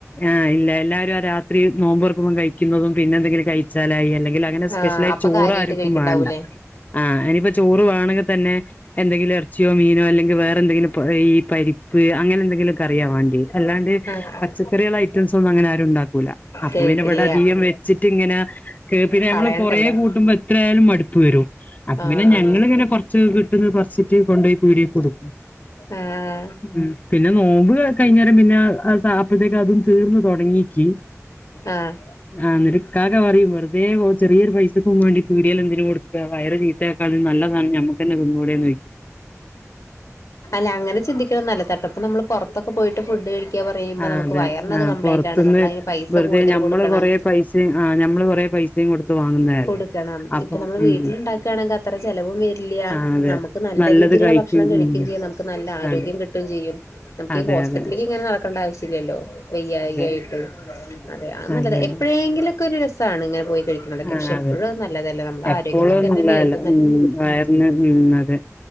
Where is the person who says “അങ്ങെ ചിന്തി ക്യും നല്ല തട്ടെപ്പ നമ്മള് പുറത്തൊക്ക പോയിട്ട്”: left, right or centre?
Left